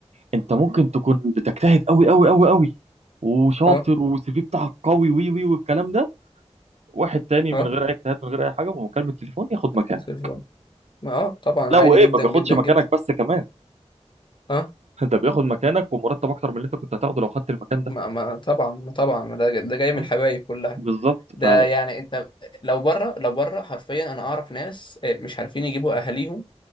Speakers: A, on the right; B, on the left.
A: انت ممكن تكون بتجتهد قوي قوي قوي قوي وشاطر
B: اه
A: والسي في بتاعك قوي وي وي والكلام ده واحد تاني
B: اه
A: من غير اي اجتهاد من غير اي حاجه بمكالمه تليفون ياخد مكانك
B: التليفون ما اه طبعا عادي
A: لا وايه
B: جدا
A: ما بياخدش
B: جدا
A: مكانك
B: جدا
A: بس كمان
B: اه
A: <laughs> انت بياخد مكانك ومرتب اكتر من اللي انت كنت هتاخده لو خدت المكان ده
B: ما ما طبعا ما طبعا ما ده ده جاي من
A: آه،
B: الحبايب كلها
A: بالظبط
B: ده
A: ف
B: يعني انت لو بره لو بره حرفيا انا اعرف ناس آه، مش عارفين يجيبوا اهاليهم